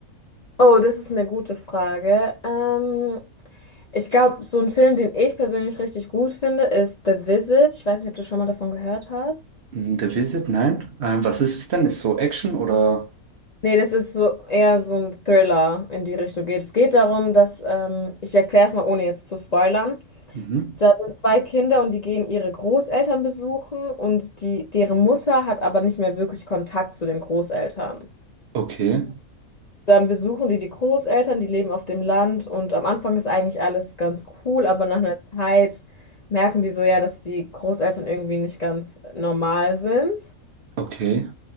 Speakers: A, on the left; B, on the right.
A: Oh, das ist eine gute Frage. Ähm, ich glaube, so ein Film, den ich persönlich richtig gut finde, ist The Visit. Ich weiß nicht, ob du schon mal davon gehört hast.
B: Mm, The Visit? Nein. Ähm, was ist es denn? Ist so Action oder?
A: Nee, das ist so eher so ein Thriller in die Richtung geht. Es geht darum, dass, ähm, ich erkläre es mal, ohne jetzt zu spoilern.
B: Mhm.
A: Da sind zwei Kinder und die gehen ihre Großeltern besuchen und die, deren Mutter hat aber nicht mehr wirklich Kontakt zu den Großeltern.
B: Okay,
A: Dann besuchen die die Großeltern, die leben auf dem Land und am Anfang ist eigentlich alles ganz cool, aber nach einer Zeit merken die so ja, dass die Großeltern irgendwie nicht ganz normal sind.
B: okay.